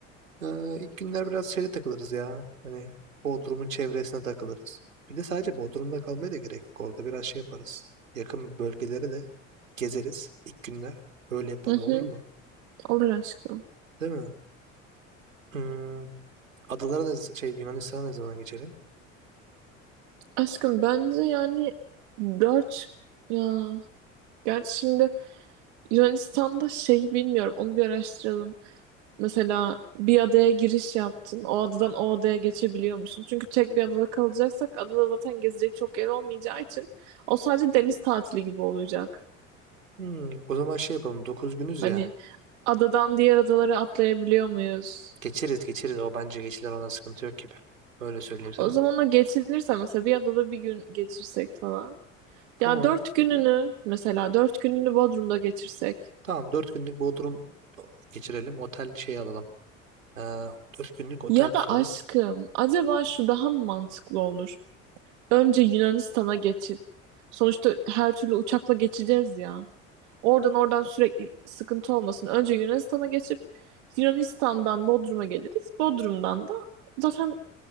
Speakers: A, on the right; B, on the right.
A: Ee, ilk günler biraz şeyde takılırız ya. Hani Bodrum'un çevresine takılırız. Bir de sadece Bodrum'da kalmaya da gerek yok. Orada biraz şey yaparız. Yakın bölgelere de gezeriz ilk günler. Öyle yapalım
B: Hı hı,
A: olur mu?
B: olur aşkım.
A: Değil mi? Hmm, adalara ne, şey Yunanistan'a ne zaman geçelim?
B: Aşkım bence yani dört ya gerçi şimdi Yunanistan'da şey bilmiyorum onu bir araştıralım. Mesela bir adaya giriş yaptın. O adadan o adaya geçebiliyor musun? Çünkü tek bir adada kalacaksak adada zaten gezecek çok yer olmayacağı için o sadece deniz tatili gibi olacak.
A: Hmm, o zaman şey yapalım. dokuz günüz
B: Hani
A: ya.
B: adadan diğer adalara atlayabiliyor muyuz?
A: Geçeriz geçeriz. O bence geçilir ona sıkıntı yok gibi. Öyle söyleyeyim sana.
B: O zaman o geçinirse mesela bir adada bir gün geçirsek falan.
A: Tamam.
B: Ya dört gününü mesela dört gününü Bodrum'da geçirsek.
A: Tamam 4 günlük Bodrum geçirelim. Otel şey alalım. Ee, 4 günlük otel
B: Ya
A: tutalım.
B: da aşkım acaba şu daha mı mantıklı olur? Önce Yunanistan'a geçip sonuçta her türlü uçakla geçeceğiz ya. Oradan oradan sürekli sıkıntı olmasın. Önce Yunanistan'a geçip Yunanistan'dan Bodrum'a geliriz. Bodrum'dan da zaten